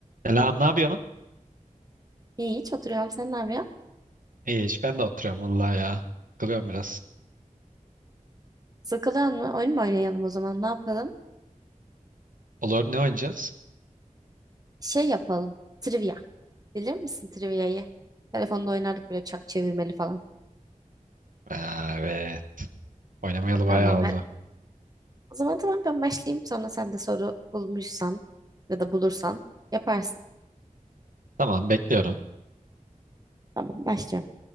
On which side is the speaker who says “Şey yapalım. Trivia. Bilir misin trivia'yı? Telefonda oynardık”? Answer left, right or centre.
Right